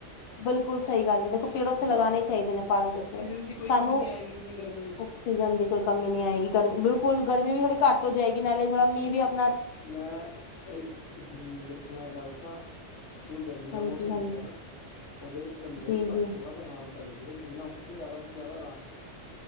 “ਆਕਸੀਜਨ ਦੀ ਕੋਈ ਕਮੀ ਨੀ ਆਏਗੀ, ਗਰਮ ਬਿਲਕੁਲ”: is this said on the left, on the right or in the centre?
Left